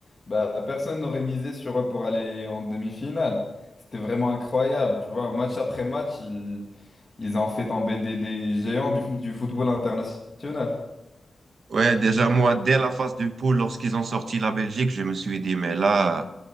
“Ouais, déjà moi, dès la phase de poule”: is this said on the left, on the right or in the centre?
Right